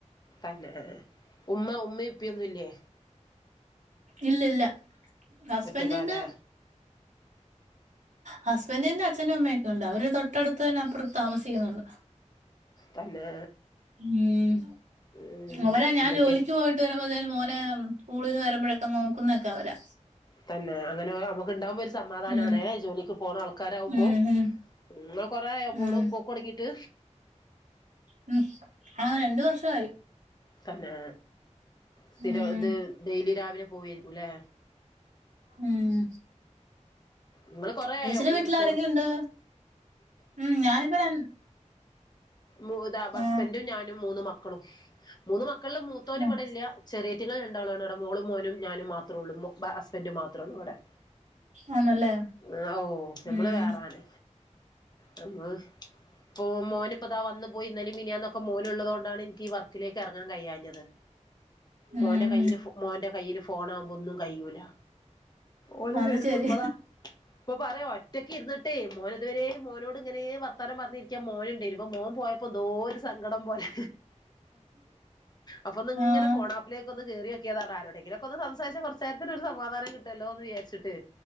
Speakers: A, on the left; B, on the right.
A: തന്നെ ഉമ്മ ഉമ്മ ഉപ്പിയൊന്നുംല്ലേ
B: ഇല്ല ഇല്ല ഹസ്ബൻഡിന്
A: ഒറ്റക്കാലേ
B: ഹസ്ബന്റിന്റെ അച്ഛനും അമ്മയൊക്കെ ഉണ്ട് അവര് തൊട്ടടുത്ത് തന്നെ അപ്പുറത്ത് താമസിക്കുന്നുണ്ട്
A: തന്നെ
B: ഉം
A: ഉം
B: അവരാ ഞാൻ
A: എന്തൊക്കെ
B: ജോലിക്കു പോയി സ്കൂളു വിട്ട് വരുമ്പോഴത്തെന് മോനെ സ്കൂളിൽന്ന് വരുമ്പോഴൊക്കെ നോക്കുന്നൊക്കെ അവരാ
A: തന്നെ അങ്ങനെ അമുക്ക് ഇണ്ടാകുമ്പോ ഒരു സമാധാനാണ്
B: ഉം
A: ജോലിക്ക് പോണ ആൾക്കാരാവുമ്പോ
B: ഉം ഉം
A: ഉമ് നിങ്ങൾ കൊറേ ആയോ പ്പൊ
B: ഉം
A: ഓള് പോക്കൊടങ്ങീട്ട്
B: ഉമ് ആഹ് രണ്ട് വർഷായി
A: തന്നെ സ്ഥിരം
B: ഉം
A: ഇത് ഡെയിലി രാവിലെ പോവായിരിക്കും ല്ലേ
B: ഉമ്
A: ഇങ്ങള് കൊറേ
B: ചേച്ചിടെ
A: ആയോ
B: വീട്ടിലാരൊക്കെയുണ്ട്
A: ചേർ
B: ഉമ് ഞാനിപ്പൊ ര
A: മു താ ഹസ്ബന്റും
B: ആഹ്
A: ഞാനും മൂന്ന് മക്കളും മൂന്ന് മക്കളില് മൂത്തോന്
B: ആഹ്
A: ഇവിടെല്ല ചെറിയേറ്റങ്ങൾ രണ്ടാളാണ് അവിടെ മോളും മോനും ഞാനും മാത്രൊള്ളൂ ബ ഹസ്ബന്റും മാത്രേള്ളൂ ഇവടെ
B: ആന്നല്ലേ
A: ആഹ് ഔ ഞമ്മള്
B: ഉം
A: വേറാണ് നമ്മള് ഓഹ് മോന്പ്പതാ വന്ന് പോയി ഇന്നലും മിനിയാന്നൊക്കെ മോന്ള്ളത് കൊണ്ടാണ് ഇൻക്ക് ഈ വർക്കിലേക്ക് എറങ്ങാൻ കഴിയാഞ്ഞത്
B: ഉം
A: മോന്റെ കയ്യില് മോന്റെ കയ്യില് ഫോണാകുമ്പോ ഒന്നും കയ്യൂല ഓല്
B: അത്
A: വരുമ്പൊ
B: ശരി
A: പ്പ താ ഇപ്പൊ പറ ഒറ്റക്കിര്ന്നിട്ടേ മോന് ഇതുവരേ മോനോട് ഇങ്ങനെ വർത്താനം പറഞ്ഞിരിക്കാൻ മോന്ണ്ടായിന് ഇപ്പൊ മോൻ പോയ ഇപ്പെന്തോ ഒരു സങ്കടം പോലെ അപ്പൊന്ന് ഇങ്ങനെ
B: ആഹ്
A: ഫോണാപ്പല് അപ്പൊന്ന് കേറിയോക്കിയതാണ് ആരോടെങ്കിലൊക്കെന്ന് സംസാരിച്ച കൊറച്ചേരത്തിനൊരു ഒരു സമാധാനം കിട്ടോല്ലോന്ന് വിചാരിച്ചിട്ട്